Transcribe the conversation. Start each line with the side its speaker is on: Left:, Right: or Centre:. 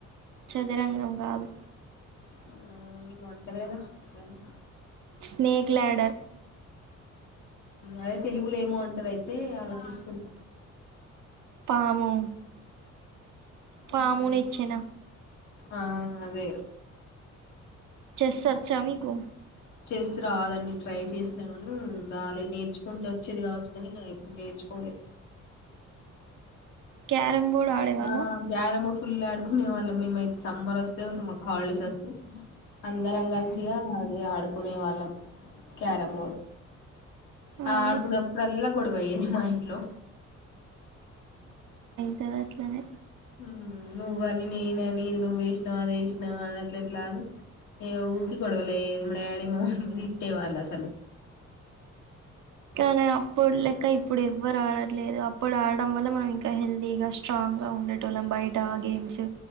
Right: చదరంగం కాదు
Left: హ్మ్మ్ మేము అంటవేమో గాని
Right: స్నేక్ లాడర్
Left: అదే తెలుగులో ఏమో అంటారు అయితే ఆలోచిస్తున్నా
Right: పాము పామును
Left: ఉమ్,
Right: ఇచ్చిన
Left: ఆ అదే
Right: చేస్ అచ్చ మీకు
Left: చేస్ రాదండి ట్రై చేసినా కానీ రాలేదు నేర్చుకుంటే వచ్చేది కావచ్చు కానీ ఎప్పుడు నేర్చుకోలే
Right: క్యారమ్ బోర్డ్ ఆడే వాళ్ళం
Left: ఆ క్యారమ్ ఫుల్ ఆడుకునే వాళ్ళం మేమైతే సమ్మర్ ఓస్తే అసలు మాకు హాలిడేస్ అస్తే అందరం కలిసిగా అది ఆడుకునే వాళ్ళం క్యారం బోర్డ్ ఆ
Right: అవును
Left: ఆడుకున్నప్పుడల్లా గొడవ అయ్యేది మా ఇంట్లో
Right: అదిట్లనే
Left: మ్మ్ నువ్వని నేనని ఇది నువ్వేసినవు అది వేసినావా అది అట్ల ఎట్లా అని ఇగ ఊకి గొడవలు అయ్యేది మా డాడీ మా మమ్మి తిట్టే వాళ్ళు అసలు.
Right: కానీ అప్పుడు లెక్క ఇప్పుడు ఎవ్వరు ఆడట్లేదు అప్పుడు ఆడడం వల్ల మనం ఇంకా హెల్తీగా స్ట్రాంగ్ గా ఉండట టోళ్ళం బయట ఆ గేమ్స్